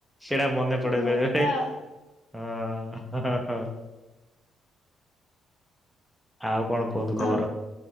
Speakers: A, in the centre; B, on the left (about 70°).
A: ସେଟା ମନେ ପଡେ
B: ଭଲ
A: ବେଳେ ବେଳେ।
B: ଆଉ
A: ହଁ ହଁ ହଁ ହଁ। ଆଉ କଣ। କୁହନ୍ତୁ ଖବର?
B: ହଁ